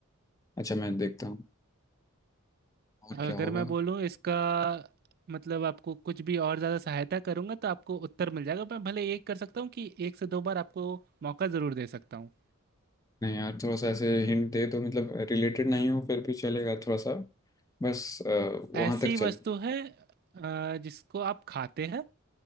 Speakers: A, on the left; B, on the right.
A: अच्छा मैं देखता हूँ और
B: अगर
A: क्या होगा
B: मैं बोलूँ इसका मतलब आपको कुछ भी और ज़्यादा सहायता करूंगा तो आपको उत्तर मिल जाएगा मैं भले एक कर सकता हूँ कि एक से दो बार आपको मौका ज़रूर दे सकता हूँ
A: नहीं यार थोड़ा सा ऐसे हिंट दे तो मतलब रिलेटेड नहीं हो फिर भी चलेगा थोड़ा सा बस वहां
B: ऐसी
A: तक चल
B: वस्तु है अ, जिसको आप खाते हैं